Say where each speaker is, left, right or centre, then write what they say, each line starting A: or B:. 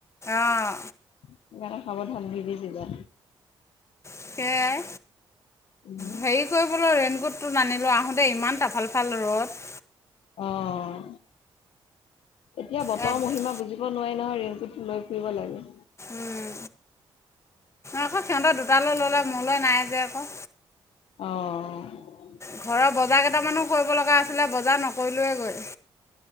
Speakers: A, on the left; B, on the left.
A: অঁ
B: <unintelligible> সাৱধান নিভিজিবা।
A: সেয়াই।
B: উম
A: হেৰি কৰিবলৈ ৰেইন কোটটো নানিলোঁ, আহোতে ইমান তফাল ফাল ৰ'দ।
B: অ' এতিয়া বতৰ
A: ইয়াত
B: মহিমা বুজিব নোৱিৰি নহয় ৰেইনকোটটো লৈ ফুৰিব লাগে।
A: উম, আকৌ সিহঁতৰ দুটালৈ ল'লে মোলৈ নাই যে আকৌ।
B: অহ'।
A: ঘৰৰ বজাৰ কেইটামানো কৰিব লগা আছিলে, বজাৰ নকৰিলোৱেই গৈ-